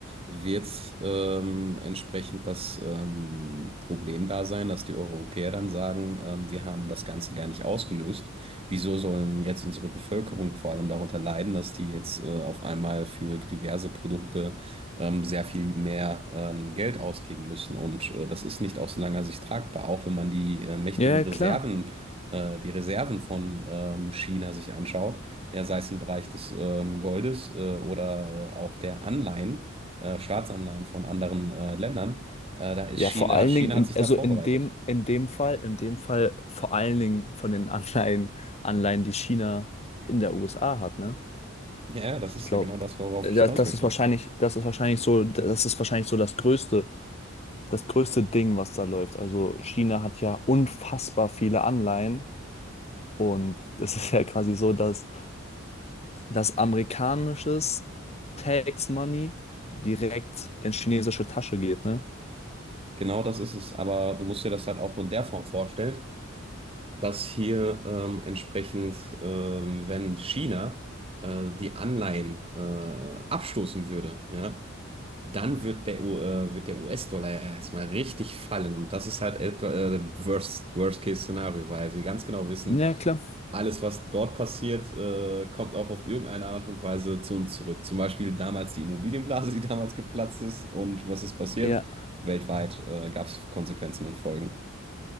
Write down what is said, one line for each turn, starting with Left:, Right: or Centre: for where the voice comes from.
Right: wird ähm, entsprechend das ähm, Problem da sein, dass die Europäer dann sagen, ähm, wir haben das Ganze gar nicht ausgelöst. Wieso sollen jetzt unsere Bevölkerung vor allem darunter leiden, dass die jetzt äh, auf einmal für diverse Produkte ähm, sehr viel mehr ähm, Geld ausgeben müssen? Und äh, das ist nicht aus langer Sicht tragbar, auch wenn man die äh, mächtigen
Left: Ja, ja,
Right: Reserven
Left: klar.
Right: äh, die Reserven von ähm, China sich anschaut, ja, sei es im Bereich des ähm, Goldes äh, oder auch der Anleihen, äh, Staatsanleihen von anderen äh, Ländern, äh, da ist
Left: Ja,
Right: China,
Left: vor allen
Right: China
Left: Dingen, in,
Right: hat sich
Left: also
Right: da vorbereitet.
Left: in dem, in dem Fall, in dem Fall vor allen Dingen von den Anleihen, Anleihen, die China in der USA hat, ne?
Right: Ja, ja, das ist
Left: Ich glaube,
Right: ja genau das, worauf
Left: das,
Right: ich hinaus
Left: das
Right: möchte.
Left: ist wahrscheinlich, das ist wahrscheinlich so, das ist wahrscheinlich so das größte, das größte Ding, was da läuft. Also China hat ja unfassbar viele Anleihen und das <laughs> ist ja quasi so, dass, dass amerikanisches Tax Money direkt in chinesische Tasche geht, ne?
Right: Genau das ist es. Aber du musst dir das halt auch in der Form vorstellen, dass hier ähm, entsprechend, ähm, wenn China äh, die Anleihen äh, abstoßen würde, ja, dann wird der, U- äh, wird der US-Dollar ja erstmal richtig fallen. Und das ist halt etwa, äh, Worst, Worst-Case-Szenario, weil wir ganz genau wissen,
Left: Ja, klar.
Right: alles, was dort passiert, äh, kommt auch auf irgendeine Art und Weise zu uns zurück. Zum Beispiel damals die Immobilienblase, <laughs> die damals geplatzt ist. Und was ist passiert?
Left: Ja,
Right: Weltweit, äh, gab es Konsequenzen und Folgen.